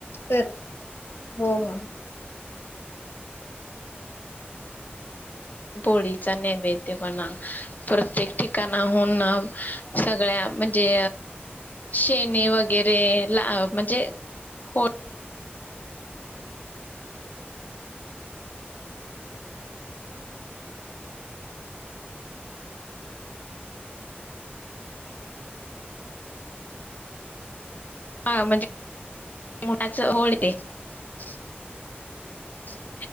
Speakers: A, on the left; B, on the left.
A: कर हो हो
B: पोळीचा नैवेद्य म्हणा प्रत्येक ठिकाणाहून सगळ्या म्हणजे शेणी वगैरे ला म्हणजे, हो <unintelligible>